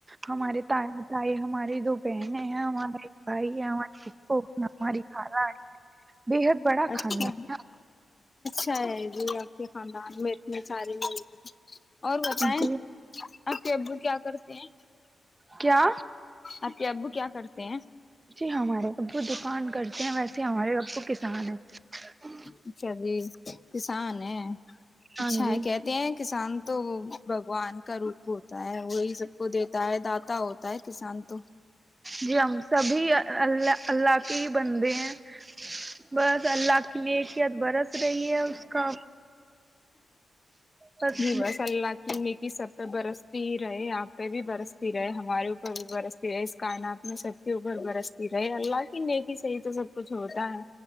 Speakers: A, on the right; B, on the left.
A: ہمارے تایا تائی ہمارے دو پہنے ہیں ہمارے ایک بھائی ہے ہمارے <unintelligible> بےحد بڑا
B: اچھا
A: خاندان
B: <unintelligible> آپ کے خاندان میں اتنے ساری مل گی اور بتائیں
A: ہے جی
B: آپ کے ابو کیا کرتے ہیں
A: کیا
B: اپ کے ابو کیا کرتے ہیں
A: جی ہمارے ابو دکان کرتے ہیں ویسے ہمارے رب کو کسان ہیں
B: اچھا جی کسان ہیں
A: ہاں
B: اچھا
A: جی
B: ہے کہتے ہیں کسان تو ون کا روپ ہوتا ہے وہی سب کو دیتا ہے داتا ہوتا ہے کسان تو
A: جی ہم سبھی اللہ اللہ کے ہی بنتے ہیں بس اللہ آپ کی لیے اقیت برس رہی ہے اس کا بس
B: جی مس اللہ کی میک سب برستی ہی رہے یہاں پہ بھی برستی رہے ہمارے برستی رہی اس کائنات میں سب کے اوپر برستی رہی اللہ کی نیک صحیح تو سب کچھ ہوتا ہے